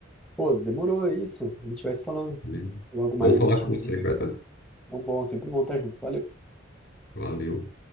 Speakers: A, in the centre; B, on the left.
A: Pô, demorou, é isso. A gente vai se falando.
B: beleza?
A: Logo mais
B: Bom falar
A: a gente
B: com você,
A: se liga.
B: cara.
A: É um bom, sempre bom estar junto. Valeu.
B: Valeu.